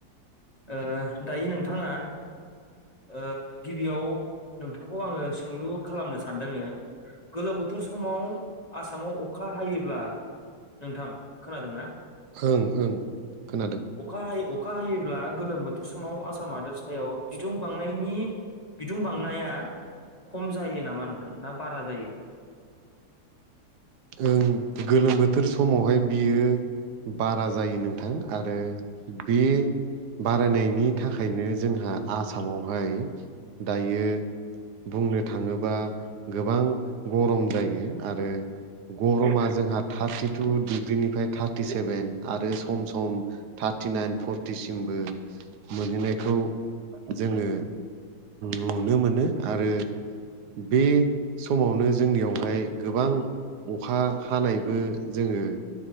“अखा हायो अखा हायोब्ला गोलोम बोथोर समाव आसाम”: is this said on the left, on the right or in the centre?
Left